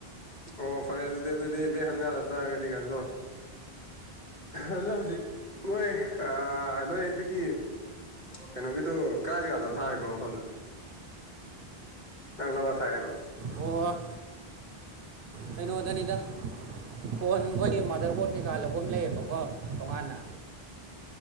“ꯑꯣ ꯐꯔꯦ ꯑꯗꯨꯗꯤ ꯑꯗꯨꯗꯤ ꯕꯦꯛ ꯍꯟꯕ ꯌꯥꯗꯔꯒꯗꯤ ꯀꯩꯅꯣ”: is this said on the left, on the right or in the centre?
Left